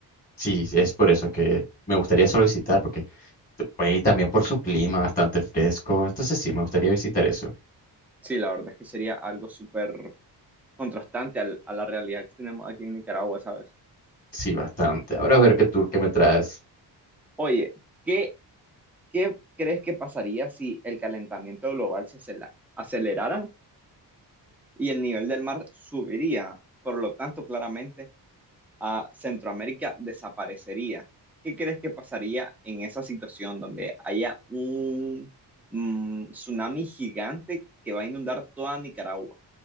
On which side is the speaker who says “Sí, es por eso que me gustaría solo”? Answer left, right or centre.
Left